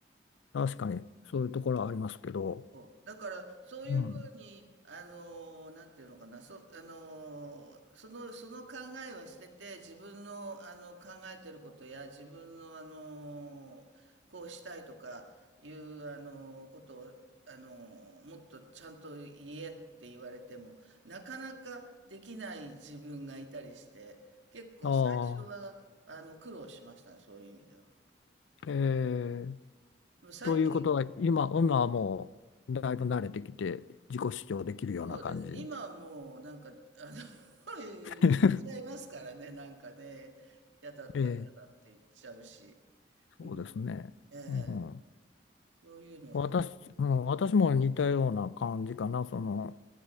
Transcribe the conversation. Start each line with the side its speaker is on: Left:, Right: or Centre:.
Left: 確かにそういうところはありますけど。
Right: そうだから、そういうふうに、
Left: うん。
Right: あのー、なんていうのかな、そ、あのー、その、その考えは捨てて、自分の、あの、考えてることや、自分の、あのー、こうしたいとかいう、あのー、ことを、あのー、もっとちゃんと言えって言われても、なかなかできない自分がいたりして、結構最初は、
Left: あ
Right: あの、苦労しましたね、そういう意味では。
Left: あ、えー、
Right: でも最近
Left: ということは今、今はもうだいぶ慣れてきて自己主張できるような感じ。
Right: そうです。今はもうなんか、あの、<laughs> 言っちゃいますからね、
Left: <laughs>
Right: なんかね、嫌だったら嫌だって言っちゃうし、
Left: えー、そうですね。
Right: うん、ええ、
Left: うん
Right: そういうのはあります。
Left: 私、うん、私も似たような感じかな。その、